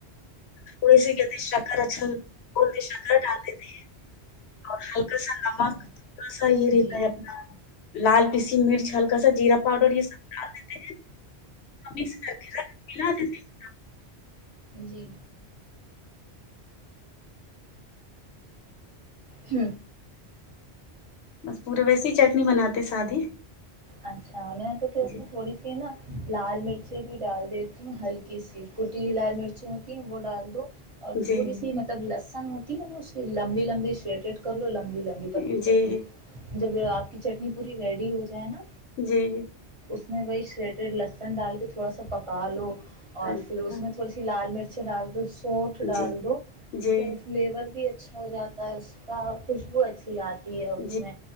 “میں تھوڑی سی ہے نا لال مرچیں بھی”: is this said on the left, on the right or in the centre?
Right